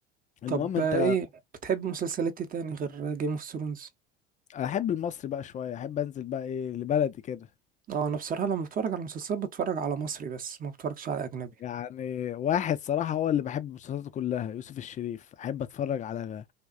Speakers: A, on the left; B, on the right.
A: المهم
B: طب
A: انت
B: آه، ايه بتحب مسلسلات إيه تاني غير جيم اوف ثرونز
A: احب المصري بقى شويه احب انزل بقى ايه لبلدي كده
B: اه انا بصراحة لما بتفرج على مسلسلات بتفرج على مصري بس ما بتفرجش على اجنبي
A: يعني واحد صراحة هو اللي بحب مسلسلاته كلها يوسف الشريف أحب أتفرج على